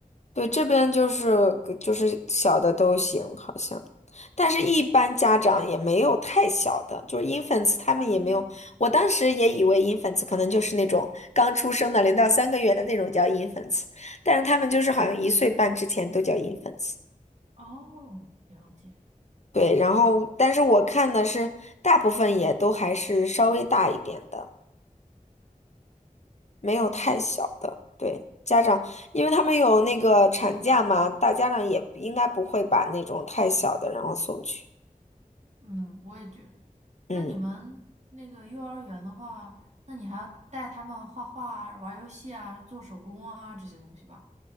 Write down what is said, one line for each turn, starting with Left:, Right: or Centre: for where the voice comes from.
Left: 对，这边就是就是小的都行，好像，但是一般家长也没有太小的，就是 infants 他们也没有。
Right: 嗯，
Left: 我当时也以为 infants 可能就是那种刚出生的零到三个月的那种叫 infants，但是他们就是好像一岁半之前都叫 infants。
Right: 哦，了解。
Left: 对，然后但是我看的是大部分也都还是稍微大一点的。没有太小的，
Right: 嗯
Left: 对，家长，因为他们有那个产假嘛，大家长也应该不会把那种太小的然后送去。
Right: 嗯，我也觉得。
Left: 嗯。
Right: 那你们那个幼儿园的话，那你还要带他们画画啊、玩游戏啊、做手工啊这些东西吧？